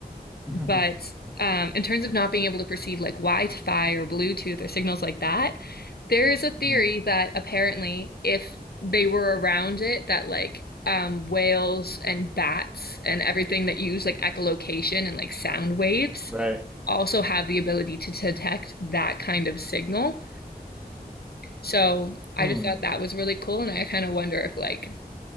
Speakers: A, in the centre; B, on the left.
A: <laughs>
B: But um, in terms of not being able to perceive like Wi-Fi or Bluetooth or signals like that, there is a theory
A: mm,
B: that apparently if they were around it, that like um, whales and bats and everything that use like echolocation and like sound waves
A: right.
B: also have the ability to detect that kind of signal. So I
A: Mm,
B: just thought that was really cool, and I kind of wonder if like